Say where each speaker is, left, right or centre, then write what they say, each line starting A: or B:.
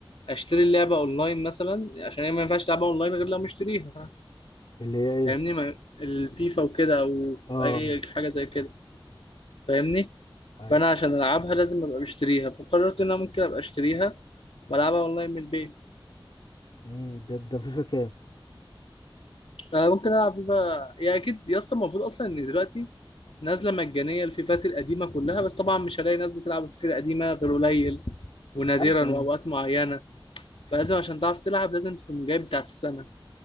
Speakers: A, on the left; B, on the left.
A: اشتري اللعبة اونلاين مثلا عشان هي ما ينفعش تلعبها اونلاين غير لو مشتريها
B: اللي هي ايه
A: فاهمني ما... الفيفا وكده او
B: اه
A: اي حاجة زي كده فاهمني
B: ايوه
A: فانا عشان العبها لازم ابقى مشتريها فقررت ان انا ممكن ابقى اشتريها بلعبها اونلاين من البيت
B: امم ده ده فيفا كام
A: أه ممكن العب فيفا يا اكيد يا اسطى المفروض اصلا ان دلوقتي نازله مجانيه الفيفات القديمه كلها بس طبعا مش هلاقي ناس بتلعب الفيفا القديمه غير قليل ونادرا
B: ايوه ايوه
A: واوقات معينه فلازم عشان تعرف تلعب لازم تكون جايب بتاعت السنه